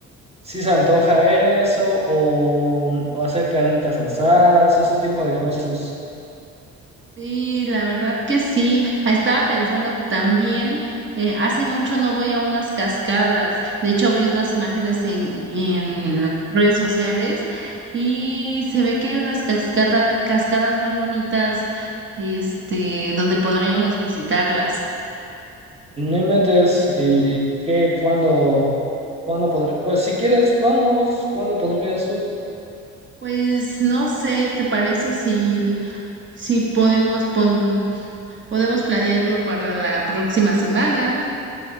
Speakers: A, on the right; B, on the right.
A: sí se antoja eso o, o hacer carnitas asadas o ese tipo de cosas.
B: Sí, la verdad que sí. Ah, Estaba pensando que también eh, hace mucho no voy a unas cascadas. De hecho, vi unas imágenes en, en las redes sociales y se ve que hay unas cascada- cascadas muy bonitas, este, donde podríamos visitarlas.
A: No inventes y qué, cuándo, cuándo podré, pues si quieres, vamos, ¿cuándo podrías tú?
B: Pues no sé, ¿te parece si, si podemos pon- podemos planearlo para la próxima semana?